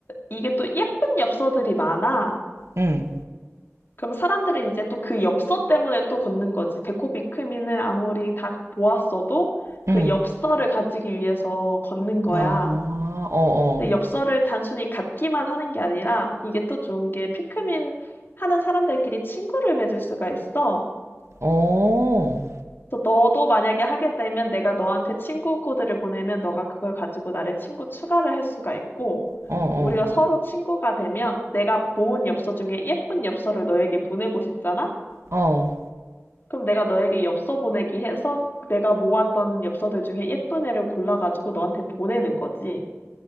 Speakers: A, on the left (about 45°); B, on the right (about 65°).
A: 이게 또 예쁜 엽서들이 많아.
B: 응,
A: 그럼 사람들은 이제 또 그 엽서 때문에 또 걷는 거지. 데코비크민을 아무리 다 모았어도 그
B: 응.
A: 엽서를 가지기 위해서 걷는 거야.
B: 아, 어,
A: 근데 엽서를 단순히 갖기만 하는 게 아니라 이게 또 좋은 게 피크민 하는 사람들끼리 친구를 맺을 수가 있어.
B: 어, 어,
A: 그래서 너도 만약에 하게 되면 내가 너한테 친구 코드를 보내면 너가 그걸 가지고 나를 친구 추가를 할 수가 있고
B: 어, 어,
A: 우리가 서로 친구가 되면 내가 모은 엽서 중에 예쁜 엽서를 너에게 보내고 싶잖아?
B: 어,
A: 그럼 내가 너에게 엽서 보내기 해서 내가 모았던 엽서들 중에 예쁜 애를 골라가지고 너한테 보내는 거지.